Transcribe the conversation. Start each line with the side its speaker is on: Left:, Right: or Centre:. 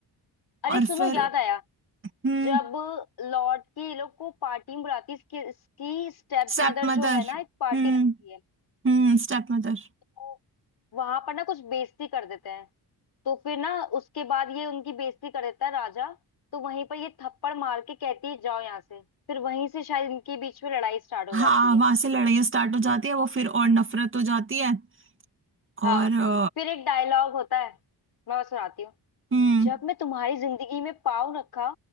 Left: अरे
Right: और
Left: सुनो
Right: फिर
Left: याद आया
Right: हम्म
Left: जब लॉर्ड की ये लोग को पार्टी में बुलाती है, इसकी, इसकी स्टेप
Right: Step
Left: मदर
Right: mother
Left: जो है
Right: हम्म
Left: ना एक पार्टी रखती है
Right: हम्म स्टेप मदर
Left: तो वहां पर ना कुछ बेइज्जती कर देते हैं तो फिर ना उसके बाद ये उनकी बेइज्जती कर देता है राजा तो वहीं पर ये थप्पड़ मार के कहती है जाओ यहाँ से फिर वहीं से शायद इनके बीच में लड़ाई स्टार्ट हो
Right: हाँ
Left: जाती है
Right: वहां से लड़ाई स्टार्ट हो जाती है वो फिर और नफरत हो जाती है और
Left: हाँ
Right: अ,
Left: फिर एक डायलॉग होता है मैं बस सुनाती हूँ
Right: हम्म
Left: जब मैं तुम्हारी जिंदगी में पाँव रखा